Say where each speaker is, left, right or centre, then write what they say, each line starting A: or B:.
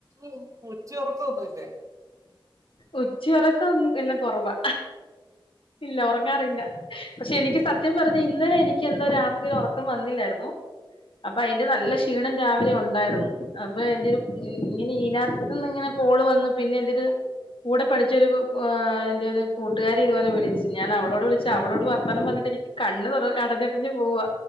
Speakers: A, on the right (about 35°); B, on the left (about 70°).
A: ഉം ഉച്ച ഉറക്കം ഒന്നും ഇല്ലേ.
B: ഉച്ച ഉറക്കം എല്ലാം കുറവാ, ഇല്ല ഉറങ്ങാറില്ല പക്ഷെ എനിക്ക് സത്യം പറഞ്ഞാൽ ഇന്നലെ എനിക്ക് എന്താ രാത്രി ഉറക്കം വന്നില്ലായിരുന്നു. അപ്പൊ അതിന്റെ നല്ല ക്ഷീണം രാവിലെ ഉണ്ട്. ഉണ്ടായിരുന്നു അപ്പൊ എന്റെ ഒരു ഇങ്ങനെ ഇതിനകത്തിന്ന് ഇങ്ങനെ കാള് വന്നു, പിന്നെ എന്റെയൊരു. കൂടെ പഠിച്ചൊരു ഏഹ് എൻ്റെ ഒരു കൂട്ടുകാരി ഇതുപോലെ വിളിച്ച്, ഞാൻ അവളോട് വിളിച്ച് അവളോട് വർത്താനം പറഞ്ഞിട്ട് എനിക്ക് കണ്ണ് അടഞ്ഞടഞ്ഞ് പോവാ,